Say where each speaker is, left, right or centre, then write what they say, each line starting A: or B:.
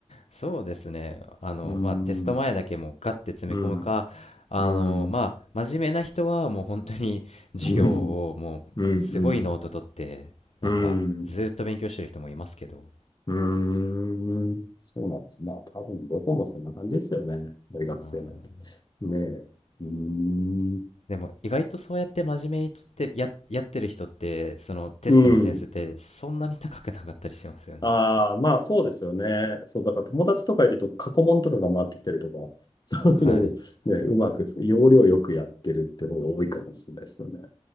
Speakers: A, on the left; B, on the left.
A: そうですね。あの、
B: うー
A: まあ、テスト前だけもうガッて詰め込むか、
B: ん。うん。
A: あの、
B: うん。
A: まあ、真面目な人はもう本当に授業をもうすごいノート取って、
B: うんうん、
A: なんかずーっと勉強してる人もいますけど。
B: うん、うん、うーん。そうなんです。まあ、多分どこもそんな感じですよね。大学生なんて。
A: うん
B: ねえ。うーん。
A: でも意外とそうやって真面目にとってるや、やってる人ってそのテストの点数ってそんなに高くなかったりしますよね。
B: うん。ああ、まあそうですよね。そう、だから友達とかいると過去問とかが回ってきたりとか、<laughs> そういうのをね、
A: はい
B: うまくつ、要領よくやってるって方が多いかもしれないですよね。